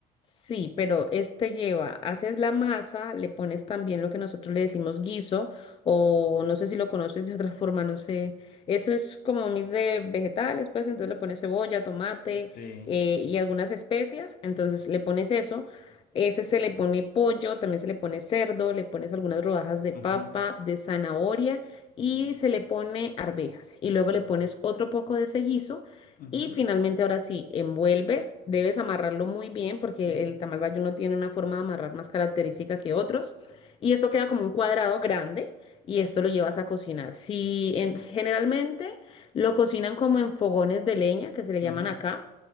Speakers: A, on the left (about 35°); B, on the left (about 60°).
A: Sí, pero este lleva, haces la masa, le pones también lo que nosotros le decimos guiso, o no sé si lo conoces de otra forma, no sé. Eso es como un mix de vegetales, pues entonces le pones cebolla, tomate
B: Ujú, Sí.
A: eh, y algunas especias, entonces le pones eso. Ese se le pone pollo, también se le pone cerdo, le pones algunas rodajas de
B: ujú,
A: papa, de zanahoria y se le pone arvejas. Y luego le pones otro poco de ese guiso
B: ujú,
A: y finalmente, ahora sí, envuelves, debes amarrarlo muy bien porque
B: ujú,
A: el tamal bayuno tiene una forma de amarrar más característica que otros. Y esto queda como un cuadrado grande y esto lo llevas a cocinar. Si en- generalmente lo cocinan como en fogones de leña, que se le
B: ujú.
A: llaman acá,